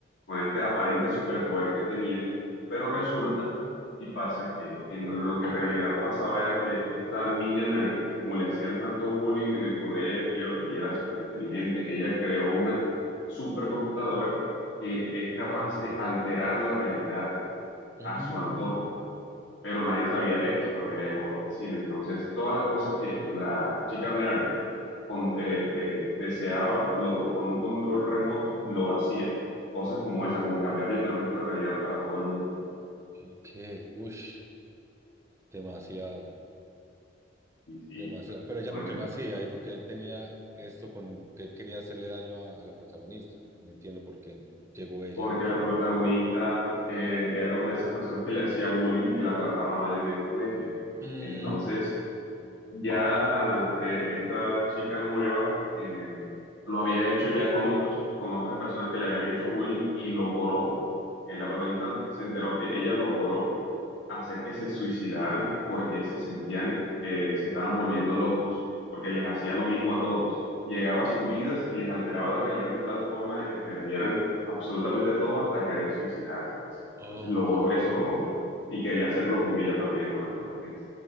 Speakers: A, on the left (about 75°); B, on the right (about 15°).
A: con este aparente superpoder que tenía, pero resulta y pasa que en lo que en realidad pasaba era que esta niña nerd, como le hacían tanto bullying en el colegio y era súper inteligente, ella creó una supercomputadora que es capaz
B: Mm,
A: de alterar la realidad
B: mm,
A: a su antojo pero nadie sabía esto cuando ella llegó a la oficina. Entonces, todas las cosas que la chica nerd con- eh, pe- deseaba lo, con un control remoto, lo hacía. Cosas como esa, como cambiar literalmente la realidad para todo el mundo.
B: ok, ush, demasiado,
A: Y sí,
B: demasiado.
A: está
B: Pero ella
A: fuerte.
B: porque lo
A: ¿no?
B: hacía y porque tenía esto con que quería hacerle daño a, a la protagonista. No entiendo por qué llegó ella.
A: Porque la protagonista eh, era una de esas personas que le hacía bullying, que la trataba mal en el colegio.
B: Mm,
A: Entonces, ya eh, esta chica nueva eh, lo había hecho ya con otras, con otras personas que le habían hecho bullying y logró, eh, la protagonista se enteró que ella logró hacer que se suicidaran porque se sentían que se estaban volviendo locos, porque les hacía lo mismo a todos. Llegaba a sus vidas y les alteraba la realidad de tal forma de que perdieran absolutamente todo hasta querer suicidarse.
B: oh
A: Entonces logró
B: my,
A: eso con otros y quería hacerlo con ella también, con la protagonista.